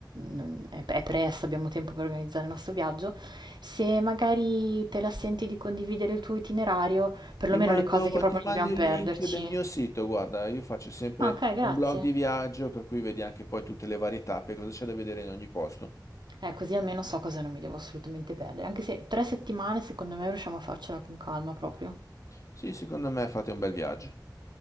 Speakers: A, on the right (about 85°); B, on the left (about 45°).
A: non- è, è presto, abbiamo tempo per organizzare il nostro viaggio, se magari te la senti di condividere il tuo itinerario, perlomeno
B: Ti mando,
A: le cose che proprio
B: ti
A: non
B: mando
A: dobbiamo
B: il
A: perderci.
B: link del mio sito, guarda, io faccio sempre
A: Ah, ok, grazie.
B: un blog di viaggio, per cui vedi anche poi tutte le varie tappe, cosa c'è da vedere in ogni posto.
A: Eh, così almeno so cosa non mi devo assolutamente perdere, anche se tre settimane secondo me riusciamo a farcela con calma proprio.
B: Sì, secondo me fate un bel viaggio.